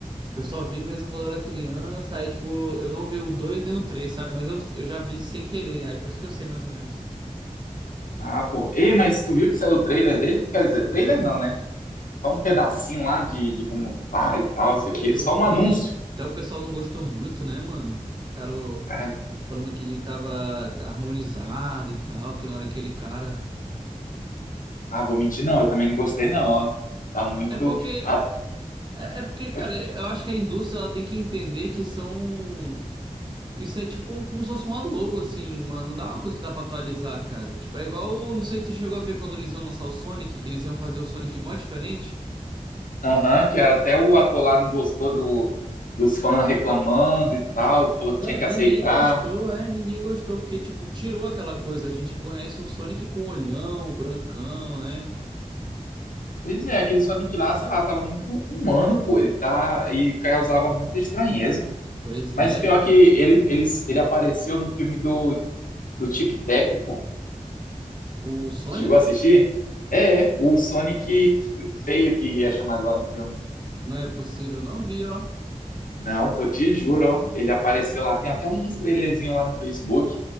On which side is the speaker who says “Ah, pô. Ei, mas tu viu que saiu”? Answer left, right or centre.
Left